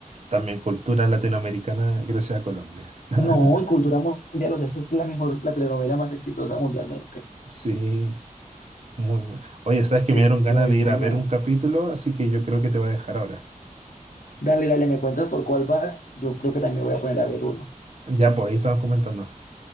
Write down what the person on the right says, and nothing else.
También cultura latinoamericana gracias a Colombia. <laughs>
Sí, muy bueno. Oye, sabes
que
me
dieron
ganas de
ir a ver un capítulo, así que yo creo que te voy a dejar ahora.
Ya, pues ahí estamos comentando.